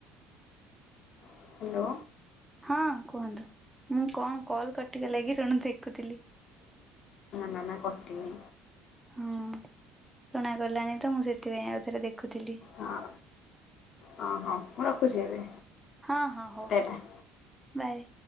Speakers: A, on the left; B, in the centre.
A: ହ୍ୟାଲୋ
B: ହଁ କୁହନ୍ତୁ। ମୁଁ କଣ କଲ କଟି ଗଲାକି ଶୁଣ ଦେଖୁଥିଲି।
A: ନାଁ ନାଁ କଟିନି।
B: ହଁ ଶୁଣାଗଲାନି ତ ମୁଁ ସେଥିପାଇଁ ଆଉ ଥରେ ଦେଖୁଥିଲି।
A: ହଁ ହଁ ହଁ ମୁଁ ରଖୁଛି ଏବେ,
B: ହଁ ହଁ ହଉ
A: ଟା ଟା।
B: ବାଏ।